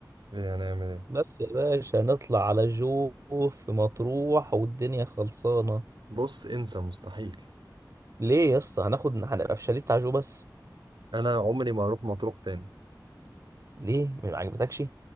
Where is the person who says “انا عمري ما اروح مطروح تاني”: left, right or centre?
Right